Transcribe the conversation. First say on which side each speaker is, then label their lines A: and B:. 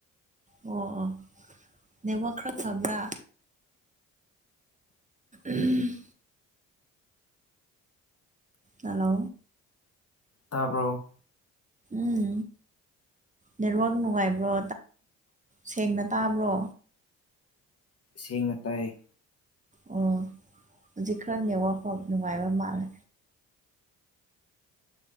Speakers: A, on the right; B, on the left.
A: ꯑꯣ ꯑꯣ ꯅꯦꯠꯋꯛ ꯈꯔ ꯐꯕ꯭ꯔꯥ ꯎꯝ ꯍꯂꯣ
B: ꯇꯥꯕꯔꯣ
A: ꯎꯝ ꯅꯦꯠꯋꯥꯛ ꯅꯨꯡꯉꯥꯏꯕ꯭ꯔꯣ ꯁꯦꯡꯅ ꯇꯥꯕ꯭ꯔꯣ
B: ꯁꯦꯡꯅ ꯇꯥꯏ
A: ꯑꯣ ꯍꯧꯖꯤꯛ ꯈꯔ ꯅꯦꯋꯄ ꯅꯨꯡꯉꯥꯏꯕ ꯃꯥꯜꯂꯦ